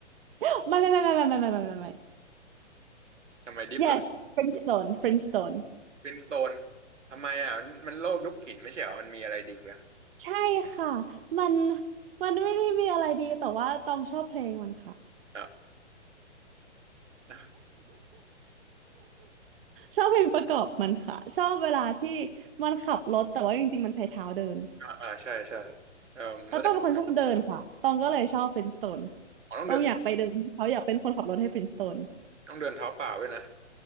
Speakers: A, on the right; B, on the right.
A: ไม่ไม่ไม่ไม่ไม่ไม่ไม่ไม่ไม่ไม่
B: ทำไมดิฟหล่ก
A: yes Friendstone Friendstone
B: เป็นโซนทำไมอ่ะมันมันโลกยุคหินไม่ใช่เหรอมันมีอะไรดีอ่ะ
A: ใช่ค่ะมันมันไม่ได้มีอะไรดีแต่ว่าตองชอบเพลงมันค่ะ
B: อ่ะอ่า
A: ชอบเพลงประกอบมันค่ะชอบเวลาที่มันขับรถแต่ว่าจริงๆมันใช้เท้าเดิน
B: อ่าใช่ใช่เอ่อแล้วแต่
A: แล้วต้องเป็นคนชอบเดินค่ะตองก็เลยชอบ Friendstone
B: อ๋อต้องเดิน
A: ต้องอยากไปเดินให้เขาอยากเป็นคนขับรถให้ Friendstone
B: ต้องเดินเท้าเปล่าด้วยนะ